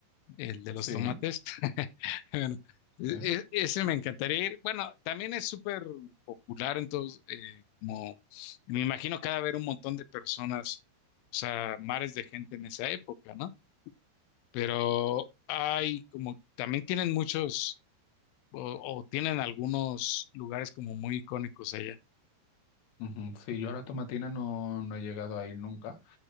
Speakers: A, on the left (about 80°); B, on the left (about 65°).
A: el de los
B: Sí,
A: tomates. <laughs> Bueno, e-
B: sí.
A: e- ese me encantaría ir. Bueno, también es súper popular, entonces, eh, como me imagino que ha de haber un montón de personas, o sea, mares de gente en esa época, ¿no? Pero hay como, también tienen muchos, o, o tienen algunos lugares como muy icónicos allá.
B: Ujú. Sí, yo a la tomatina no, no he llegado a ir nunca,